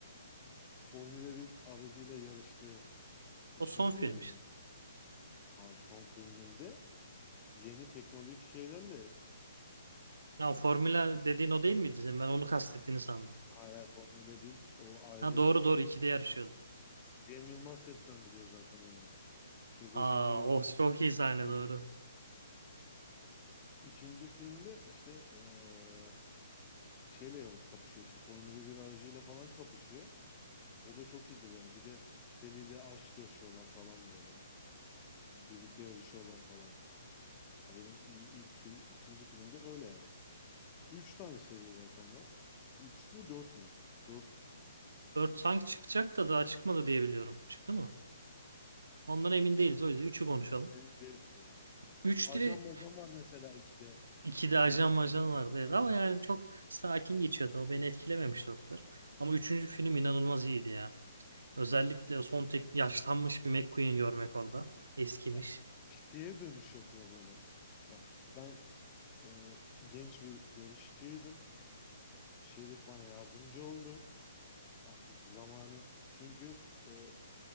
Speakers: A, on the left; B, on the right.
A: Formula bir aracıyla yarıştığı ikinci
B: O son film
A: filmi
B: işte.
A: miydi? Hayır son filminde yeni teknolojik şeylerle
B: Ya
A: hani
B: Formula
A: tek
B: dediğin o değil miydi senin? Ben onu kastettiğini sandım.
A: hala Formula 1 o ayrı.
B: Ha doğru doğru ikide yarışıyordu.
A: Cem Yılmaz seslendiriyor zaten onu. Çok hoşuma
B: Aa
A: giden
B: o çok iyi sahne
A: şeydir.
B: doğru.
A: İkinci filmde işte eee, şeyle kapışıyor işte Formula bir aracıyla falan kapışıyor. O da çok iyidir yani. Bir de Sally ile aşk yaşıyorlar falan böyle. Birlikte yarışıyorlar falan. Ya benim iyi- ilk fi- ikinci filmde öyle yani. Üç tane seri zaten var. Üç mü dört mü? Dört
B: 4 sanki çıkacak da daha çıkmadı diye biliyorum. Çıktı mı? Ondan emin değiliz o yüzden Üçü konuşalım.
A: emin değiliz onu.
B: 3'te
A: Ajan majan var mesela 2'de.
B: 2'de ajan
A: Bir tane ajan
B: majan
A: var.
B: vardı evet.
A: Aynen.
B: ama yani çok sakin geçiyordu. O beni etkilememişti o kadar. Ama üçüncü film inanılmaz iyiydi ya. Özellikle son tek yaşlanmış bir McQueen görmek orada. Eskimiş.
A: Ya şeye dönüş yapıyor böyle. Ya ben e, genç bir yarışçıydım. Şerif bana yardımcı oldu. Artık zamanın çünkü e,